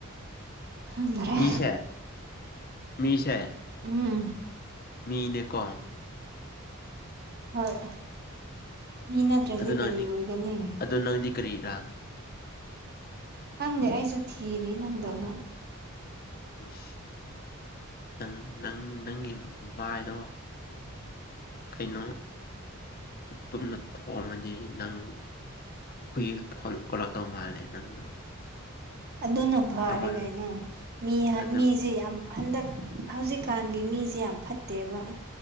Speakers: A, on the right (about 50°); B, on the left (about 45°).
A: ꯈꯪꯗꯔꯦ
B: ꯃꯤꯁꯦ ꯃꯤꯁꯦ
A: ꯎꯝ
B: ꯃꯤꯅꯦꯀꯣ
A: ꯍꯣꯏ ꯃꯤ ꯅꯠꯇ꯭ꯔꯥꯗꯤ
B: ꯑꯗꯨ ꯅꯪꯗꯤ
A: ꯀꯔꯤ ꯑꯣꯏꯒꯅꯤ
B: ꯑꯗꯨ ꯅꯪꯗꯤ ꯀꯔꯤꯔꯥ
A: ꯈꯪꯗꯦ ꯑꯩꯁꯨ ꯊꯤꯔꯤ ꯅꯪꯗꯧꯅ
B: ꯏꯁ ꯅꯪ ꯅꯪ ꯅꯪꯒꯤ ꯃꯥꯏꯗꯣ ꯀꯩꯅꯣ ꯇꯨꯝꯅ ꯊꯣꯡꯃꯗꯤ ꯅꯪ ꯍꯨꯏ ꯑꯣꯜꯂꯛꯇꯧ ꯃꯥꯜꯂꯦ ꯅꯪꯗꯣ
A: ꯑꯗꯨꯅ ꯐꯥꯔꯦ
B: ꯑꯃꯔꯣꯝ
A: ꯀꯩꯅꯣ ꯃꯤ ꯍꯥꯏ
B: ꯑꯗꯨ
A: ꯃꯤ ꯁꯤ ꯌꯥꯝ ꯍꯟꯗꯛ ꯍꯧꯖꯤꯛꯀꯥꯟꯒꯤ ꯃꯤꯁꯦ ꯌꯥꯝ ꯐꯠꯇꯦꯕ